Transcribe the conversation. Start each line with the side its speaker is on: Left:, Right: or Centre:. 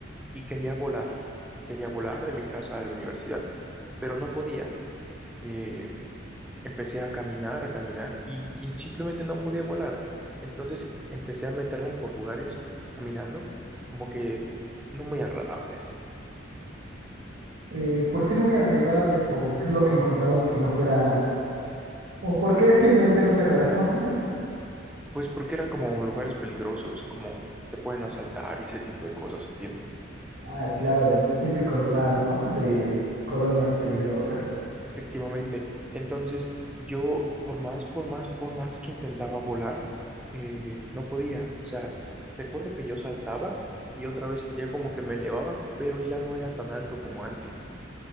Centre: y quería volar. Quería volar de mi casa a la universidad, pero no podía. Eh, Empecé a caminar, a caminar y, y simplemente no podía volar. Entonces empecé a meterme por lugares caminando como que no muy agradables.
Right: eh, ¿por qué no muy agradables o qué es lo que encontrabas que no fuera o por qué <laughs> simplemente no te agradaba? <laughs>
Centre: Pues porque eran como lugares peligrosos, como te pueden asaltar y ese tipo de cosas, ¿entiendes?
Right: Ah, claro, típico lugar, ¿no? De colonias peligrosas.
Centre: Efectivamente. Entonces yo por más, por más, por más que intentaba volar, eh, no podía. O sea, recuerdo que yo saltaba y otra vez sentía como que me elevaba, pero ya no era tan alto como antes.